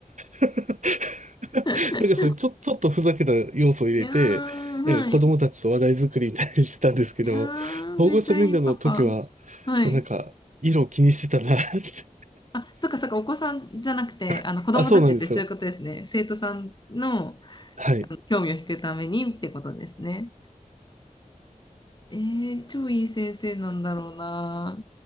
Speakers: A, on the right; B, on the left.
A: <laughs>
B: <laughs>
A: なんかそれちょ、ちょっとふざけた要素を入れて、
B: いやー、はい。
A: なんか子供たちと話題作りみたいにしてたんですけど、
B: いやー、めっちゃいいパパ。
A: 保護者面談の時は、
B: はい。
A: こうなんか、色を気にしてたなって。
B: あ、そっかそっか、お子さんじゃなくて、あの子供たちってそういうことですね。
A: <laughs> あ、そうなんですよ。
B: 生徒さんの、
A: はい。
B: あの興味を引くためにってことですね。えー、超いい先生なんだろうな。